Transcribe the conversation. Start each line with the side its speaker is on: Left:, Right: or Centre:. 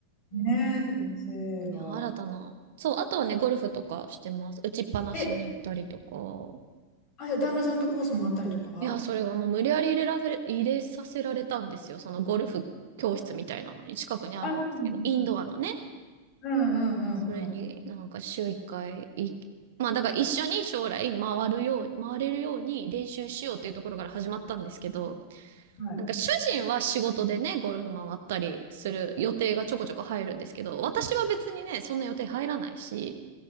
Left: ねえ、先生が。
Right: いや、新たな。そう、あとはね、ゴルフとかしてます。打ちっぱなしに行ったりとか。
Left: え、あ、じゃあ旦那さんとコースもあったりとか
Right: いや、それはもう無理やり入れらせ、入れさせられたんですよ。そのゴルフ教室みたいなのに近くにあるんですけど、
Left: あ、そうなの。
Right: インドアのね。
Left: うんうんうん
Right: それになんか週一回いい、まあだから一緒に将来回るよう、回れるように練習しようっていうところから始まったんですけど、
Left: うん。はい。
Right: なんか主人は仕事でね、ゴルフ回ったりする予定がちょこちょこ入るんですけど、私は別にね、そんな予定入らないし、